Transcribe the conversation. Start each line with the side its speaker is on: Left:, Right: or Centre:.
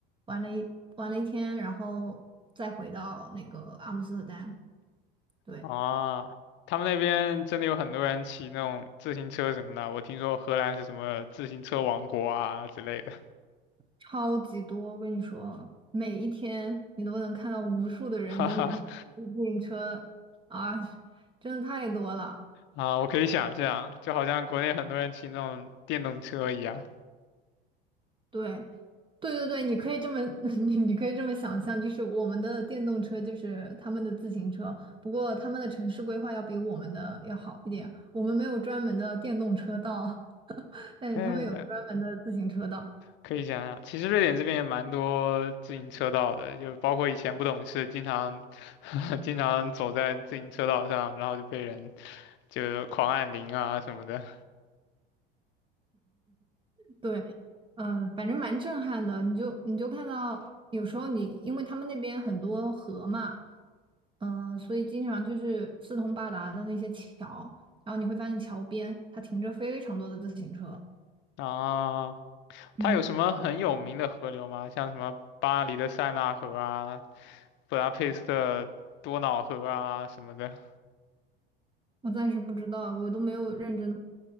Right: 玩了一玩了一天，然后再回到那个阿姆斯特丹。对。
Left: 啊，他们那边真的有很多人骑那种自行车什么的，我听说荷兰是什么自行车王国啊之类的。
Right: 超级多，我跟你说，每一天你都能看到无数的人的自
Left: <laughs> 哈哈，
Right: 行车啊，真的太多了。
Left: 啊，我可以想象，就好像国内很多人骑那种电动车一样。
Right: 对，对对对，你可以这么，<laughs> 你你可以这么想象，就是我们的电动车就是他们的自行车，不过他们的城市规划要比我们的要好一点，我们没有专门的电动车道，<laughs> 但是他们有专门的自行车道。
Left: 对，可以想想，其实瑞典这边也蛮多自行车道的，就包括以前不懂事，经常 <laughs> 经常走在自行车道上，然后就被人就狂按铃啊什么的。
Right: 对，嗯、反正蛮震撼的。你就你就看到，有时候你因为他们那边很多河嘛，嗯、所以经常就是四通八达的那些桥，然后你会发现桥边它停着非常多的自行车。
Left: 啊，它有什么很有名的河流吗？
Right: 嗯，
Left: 像什么巴黎的塞纳河啊、布达佩斯的多瑙河啊什么的。
Right: 我暂时不知道，我都没有认真